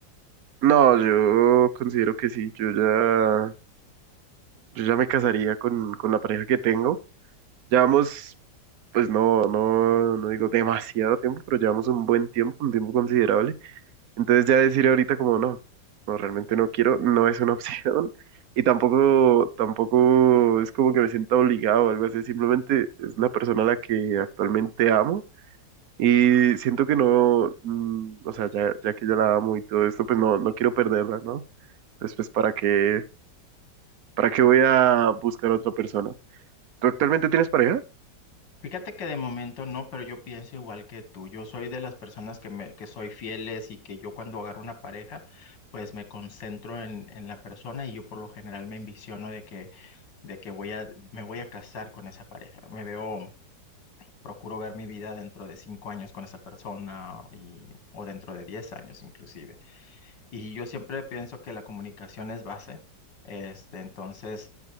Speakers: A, on the right (about 65°); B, on the left (about 75°).
A: No, yo considero que sí, yo ya. Yo ya me casaría con, con la pareja que tengo. Llevamos, pues no, no, no digo demasiado tiempo, pero llevamos un buen tiempo, un tiempo considerable. Entonces ya decir ahorita como no, no, realmente no quiero, no es una <laughs> opción. Y tampoco, tampoco es como que me sienta obligado o algo así. Simplemente es una persona a la que actualmente amo. Y siento que no, mm, o sea, ya, ya que ya la amo y todo esto, pues no, no quiero perderla, ¿no? Entonces, pues, ¿para qué, para qué voy a buscar a otra persona? ¿Tú actualmente tienes pareja?
B: Fíjate que de momento no, pero yo pienso igual que tú. Yo soy de las personas que me, que soy fieles y que yo cuando agarro una pareja, pues me concentro en, en la persona y yo por lo general me envisiono de que de que voy a, me voy a casar con esa pareja. Me veo, procuro ver mi vida dentro de cinco años con esa persona y, o dentro de diez años inclusive. Y yo siempre pienso que la comunicación es base. Este, entonces,